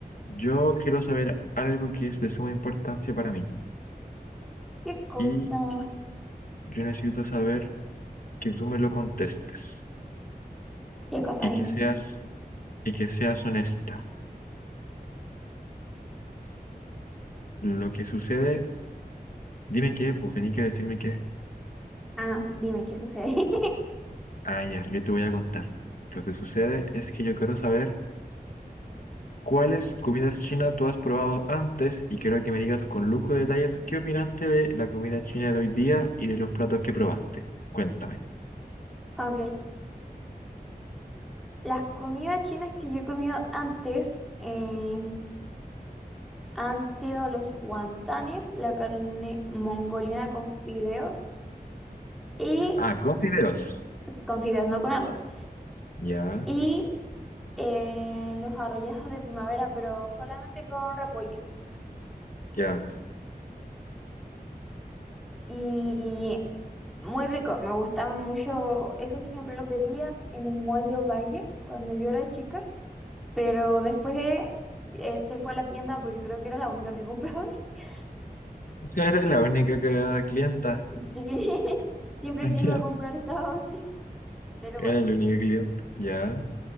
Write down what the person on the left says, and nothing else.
Yo quiero saber algo que es de suma importancia para mí
y yo necesito saber que tú me lo contestes
y
que seas y que seas honesta. Lo que sucede, dime qué, pues tenés que decirme qué.
Ah, ya, yo te voy a contar. Lo que sucede es que yo quiero saber cuáles comidas chinas tú has probado antes y quiero que me digas con lujo de detalles qué opinaste de la comida china de hoy día y de los platos que probaste. Cuéntame.
Ya. Ah, con fideos.
Ya,
ya.
Esa era la única que- clienta.
<laughs>
Era
el único cliente. Ya.